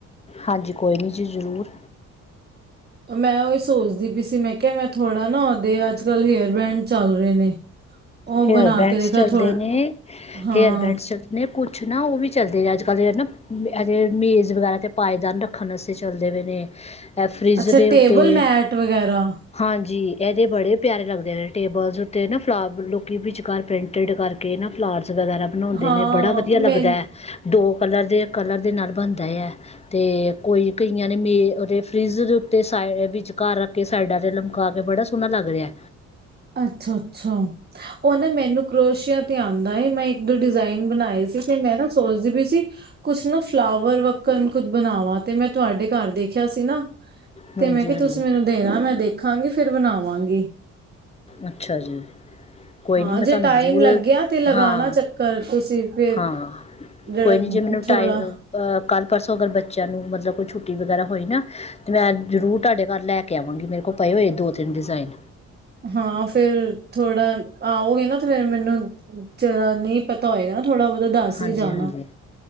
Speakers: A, on the left; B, on the right.
A: ਹਾਂਜੀ ਕੋਈ ਨਹੀਂ ਜੀ ਜ਼ਰੂਰ
B: ਮੈਂ ਉਹੀ ਸੋਚਦੀ ਪਈ ਸੀ ਮੈਂ ਕਿਹਾ ਮੈਂ ਥੋੜਾ ਨਾ ਉਹਦੇ ਅੱਜ ਕੱਲ੍ਹ ਹੇਅਰ ਬੈਂਡ ਚੱਲ ਰਹੇ ਨੇ ਉਹ
A: ਹੇਅਰ
B: ਬਣਾ
A: ਬੈਂਡਸ
B: ਕੇ ਦੇਖਾ
A: ਚੱਲਦੇ
B: ਥੋ
A: ਨੇ
B: ਹਾਂ
A: ਹੇਅਰ ਬੈਂਡਸ ਚੱਲਦੇ ਨੇ ਕੁਛ ਨਾ ਉਹ ਵੀ ਚੱਲਦੇ ਅੱਜ ਕੱਲ ਨਾ ਮੇਜ਼ ਵਗੈਰਾ ਦੇ ਪਾਏਦਾਨ ਰੱਖਣ ਵ ਚੱਲਦੇ ਪਏ ਨੇ। ਇਹ ਫਰਿੱਜ
B: ਅੱਛਾ
A: ਦੇ
B: ਟੇਬਲ
A: ਉੱਤੇ
B: ਮੈਟ ਵਗੈਰਾ
A: ਹਾਂਜੀ ਇਹਦੇ ਬੜੇ ਪਿਆਰੇ ਲੱਗਦੇ ਨੇ ਟੇਬਲ ਉੱਤੇ ਨਾ ਫਲਾੁ ਵਿਚਕਾਰ ਪੇਂਟਡ ਕਰਕੇ ਨਾ ਫਲਾਰ ਵਗੈਰਾ ਬਣਾਉਂਦੇ
B: ਹਾਂ
A: ਨੇ ਬੜਾ ਵਧੀਆ ਲੱਗਦਾ
B: ਮੈਂ
A: ਹੈ। ਦੋ ਕਲਰ ਦੇ ਕਲਰ ਦੇ ਨਾਲ ਬਣਦਾ ਐ ਤੇ ਕੋਈ ਕਈਆਂ ਨੇਂ ਮੇ ਉਹਦੇ ਫਰਿੱਜ਼ ਦੇ ਉੱਤੇ ਸਾਈ ਵਿੱਚ ਘਰ ਰੱਖ ਕੇ ਸਾਈਡਾਂ ਤੇਤੇ ਲਮਕਾ ਕੇ ਬੜਾ ਸੋਹਣਾ ਲੱਗ ਰਿਆ।
B: ਅੱਛਾ ਅੱਛਾ। ਉਹ ਨਾਂ ਮੈਨੂੰ ਕਰੋਸ਼ੀਆ ਤੇ ਆਉਂਦਾ ਐ, ਮੈਂ ਡਿਜ਼ਾਇਨ ਬਣਾਏ ਸੀ ਤੇ ਮੈਂ ਨਾ ਸੋਚਦੀ ਪੀ ਸੀ ਕੁਛ ਨਾ ਫਲਾਵਰ ਵਾਕਣ ਕੁਝ ਬਣਾਵਾਂ ਤੇ ਮੈਂ ਤੁਹਾਡੇ ਘਰ ਦੇਖਿਆ ਸੀ ਨਾਂ
A: ਹਾਂਜੀ
B: ਤੇ ਮੈਂ ਕਿਆ
A: ਹਾਂਜੀ
B: ਤੁਸੀਂ ਮੈਨੂੰ ਦੇਣਾਂ ਮੈਂ ਦੇਖਾਂਗੀ। ਫਿਰ ਬਣਾਵਾਂਗੀ।
A: ਅੱਛਾ ਜੀ, ਕੋਈ
B: ਹਾਂ
A: ਨੀਂ ਮੈਂ
B: ਜੇ
A: ਤੁਆਨੂੰ
B: ਟਾਈਮ
A: ਜ਼ਰੂਰ
B: ਲੱਗਿਆ ਤੇ ਲਗਾਣਾ
A: ਹਾਂ,
B: ਚੱਕਰ ਤੁਸੀਂ ਫਿਰ
A: ਹਾਂ
B: ਜਿਹੜਾ
A: ਕੋਈ ਨੀਂ ਜੇ ਮੈਨੂੰ
B: ਥੋੜਾ
A: ਟਾਈ ਕੱਲ ਪਰਸੋਂ ਅਗਰ ਬੱਚਿਆਂ ਨੂੰ ਮਤਲਬ ਕੋਈ ਛੁੱਟੀ ਵਗੈਰਾ ਹੋਈ ਨਾ ਤੇ ਮੈਂ ਜ਼ਰੂਰ ਤੁਆਡੇ ਘਰ ਲੈ ਕੇ ਆਵਾਂਗੀ ਮੇਰੇ ਕੋਲ ਪਏ ਹੋਏ ਦੋ-ਤਿੰਨ ਡਿਜ਼ਾਇਨ
B: ਹਾਂ, ਫਿਰ ਥੋੜਾ ਆਓਗੇ ਨਾਂ ਤੇ ਫਿਰ ਮੈਨੂੰ ਜੇਡਾ ਨਈਂ ਪਤਾ ਹੋਏਗਾ ਨਾਂ ਥੋੜਾ ਬਹੁਤਾ ਦੱਸ
A: ਹਾਂਜੀ
B: ਵੀ ਜਾਣਾ।
A: ਹਾਂਜੀ